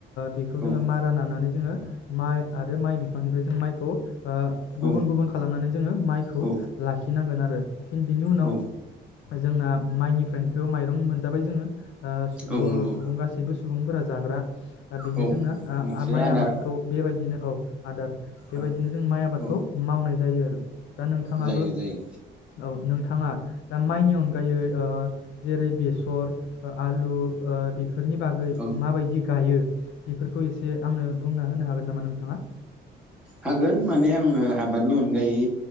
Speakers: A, on the left (about 75°); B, in the centre.
A: बेखौ जोङो
B: औ
A: मारा नानानै जोङो माइ आरो माइ बिफांनिफ्राय जों माइखौ
B: औ
A: गुबुन गुबुन खालामनानै जोङो माइखौ
B: औ
A: लाखिनांगोन आरो फिन बिनि उनाव
B: औ
A: जोंना माइनिफ्रायनोथ' माइरं मोनजाबाय जोङो
B: औ
A: बर'
B: नंगौ
A: सुबुं गासैबो सुबुंफोरा जाग्रा बेनो
B: औ
A: जोंना
B: मोनसे
A: माइ
B: आदार
A: आबादखौ बेबायदिनो औ आदार बेबायदिनो
B: औ
A: जों माइ आबादखौ
B: औ
A: मावनाय जायो आरो दा नोंथाङाबो
B: जायो
A: औ
B: जायो
A: नोंथाङा दा माइनि अनगायै ओ जेरै बेसर आलु ओ बेफोरनि बागै
B: औ
A: माबायदि गायो बेफोरखौ एसे आंनो बुंना होनो हागोन नामा नोंथाङा
B: हागोन माने आङो आबादनि अनगायै